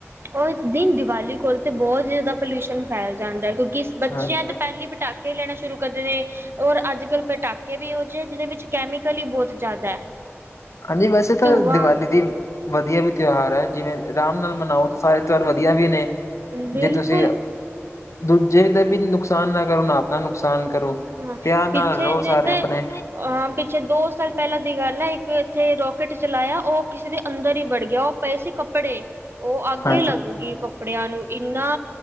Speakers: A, on the right; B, on the left.
A: ਉਸ ਦਿਨ ਦੀਵਾਲੀ ਕੋਲ ਤੇ ਬਹੁਤ ਹੀ ਜ਼ਿਆਦਾ ਪੋਲਿਊਸ਼ਨ ਫੈਲ ਜਾਂਦਾ। ਕਿਉਂਕਿ ਬੱਚਿਆਂ
B: ਹਾਂਜੀ
A: ਤੇ ਪਹਿਲੇ ਪਟਾਕੇ ਪੇ ਲੈਣਾ ਸ਼ੁਰੂ ਕਰਦੇ ਨੇ ਔਰ ਅੱਜ-ਕੱਲ੍ਹ ਪਟਾਕੇ ਵੀ ਇਹੋ ਜਿਹੇ ਹੈ ਜਿਹਦੇ ਵਿੱਚ ਕੈਮੀਕਲ ਹੀ ਬਹੁਤ ਜ਼ਿਆਦਾ।
B: ਹਾਂਜੀ ਵੈਸੇ ਤਾਂ
A: ਧੂੰਆਂ
B: ਦੀਵਾਲੀ ਦੀ ਵਧੀਆ ਵੀ ਤਿਉਹਾਰ ਹੈ ਜਿਵੇਂ ਆਰਾਮ ਨਾਲ ਮਨਾਓ ਤਾਂ ਸਾਰੇ ਤਿਉਹਾਰ ਵਧੀਆ ਵੀ ਨੇ।
A: ਬਿਲਕੁਲ
B: ਜੇ ਤੁਸੀਂ ਦੂਜੇ ਦਾ ਵੀ ਨੁਕਸਾਨ ਨਾ ਕਰੋ ਨਾ ਆਪਣਾ ਨੁਕਸਾਨ ਕਰੋ।
A: ਹਾਂ
B: ਪਿਆਰ
A: ਪਿੱਛੇ
B: ਨਾਲ ਰਹੋ
A: ਜੇ
B: ਸਾਰੇ
A: ਤੇ
B: ਆਪਣੇ
A: ਹਾਂ ਪਿੱਛੇ ਦੋ ਸਾਲ ਪਹਿਲਾਂ ਦੀ ਗੱਲ ਹੈ ਇੱਕ ਇੱਥੇ ਰੋਕੇਟ ਚਲਾਇਆ ਉਹ ਕਿਸੇ ਦੇ ਅੰਦਰ ਹੀ ਵੜ ਗਿਆ ਉਹ ਪਏ ਸੀ ਕੱਪੜੇ ਉਹ ਅੱਗ
B: ਹਾਂਜੀ
A: ਈ ਲੱਗ ਗਈ ਕੱਪੜਿਆਂ ਨੂੰ ਇੰਨਾ